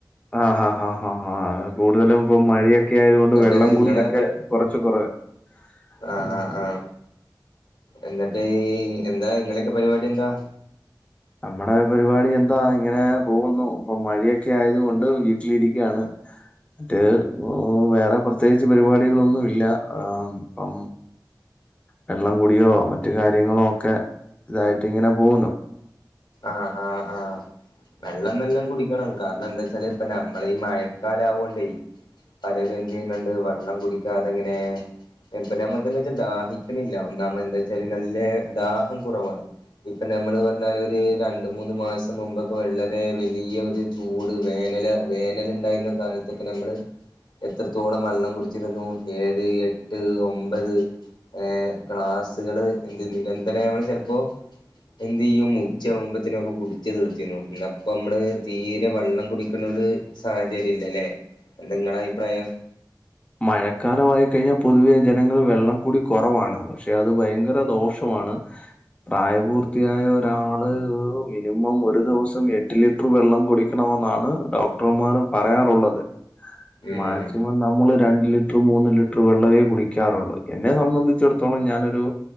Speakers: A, on the left (about 15°); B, on the left (about 85°).
A: ആ ഹാ ഹാ ഹാ ഹ കൂടുതലും ഇപ്പൊ മഴയൊക്കെ ആയതുകൊണ്ട്,
B: എന്നിട്ട്
A: വെള്ളം
B: നിങ്ങളെ
A: കുടിയൊക്കെ കുറച്ച് കുറവ്. <inaudible>
B: ആഹ
A: ഉം.
B: ആ ആ. എന്നിട്ട് ഈ എന്താ ങ്ങളെയൊക്കെ പരിപാടി എന്താ?
A: നമ്മടെ പരിപാടി എന്താ ഇങ്ങനെ പോകുന്നു. ഇപ്പൊ മഴയൊക്കെ ആയതുകൊണ്ട് വീട്ടിലിരിക്കയാണ്. മറ്റ് വേറെ പ്രത്യേകിച്ച് പരിപാടികളൊന്നുമില്ല. ആ. അം വെള്ളംകുടിയോ, മറ്റു കാര്യങ്ങളോ ഒക്കെ ഇതായിട്ട് ഇങ്ങനെ പോകുന്നു.
B: ആഹ ആ ആഹ. വെള്ളം നല്ലോം കുടിക്കണം. കാരണം എന്താ വെച്ചാല് ഇപ്പ നമ്മള് ഈ മഴക്കാലാവൊണ്ടേ, പലരും എന്ത് ചെയ്യുന്നുണ്ട്, വെള്ളം കുടിക്കാതെ ഇങ്ങനെ. ഇപ്പൊ നമ്മുക്ക് എന്താ വെച്ചാൽ ദാഹിക്കണില്ല. ഒന്നാമത് എന്താ വെച്ചാൽ നല്ല ദാഹം കുറവാണ്. ഇപ്പൊ നമ്മള് പറഞ്ഞാ <unintelligible> ഈ രണ്ട് മൂന്ന് മാസം മുമ്പൊക്കെ, വളരെ വലിയ ഒരു ചൂട് വേനല് വേനല് ഉണ്ടായിരുന്ന കാലത്ത്, <unintelligible> നമ്മള് എത്രത്തോളം വെള്ളം കുടിച്ചിരുന്നു. ഏഴ്, എട്ട്, ഒമ്പത്. ഏ ക്ലാസ്സുകള് <unintelligible> ചിലപ്പോ എന്ത് ചെയും. ഉച്ച ആകുമ്പത്തിനൊക്കെ കുടിച്ച് തീർത്തിനു. ന്നിപ്പൊ നമ്മള് തീരെ വെള്ളം കുടിക്കണത് സാഹചര്യം ഇല്ലല്ലേ. എന്താ ഇങ്ങളെ അഭിപ്രായം?
A: മഴക്കാലമായി കഴിഞ്ഞാൽ, പൊതുവെ ജനങ്ങൾ വെള്ളം കൂടി കുറവാണ്. പക്ഷെ അത് ഭയങ്കര ദോഷമാണ്. പ്രായപൂർത്തിയായ ഒരാള് മിനിമം ഒരു ദിവസം എട്ട് ലിറ്റർ വെള്ളം കുടിക്ക ണം എന്നാണ് ഡോക്ടമാർ പറയാറുള്ളത്.
B: ഉം
A: മാക്സിമം നമ്മള് രണ്ട് ലിറ്റർ മൂന്ന് ലിറ്റർ വെള്ളമേ കുടിക്കാറുള്ളൂ. എന്നെ സംബന്ധിച്ചിടത്തോളം ഞാനൊരു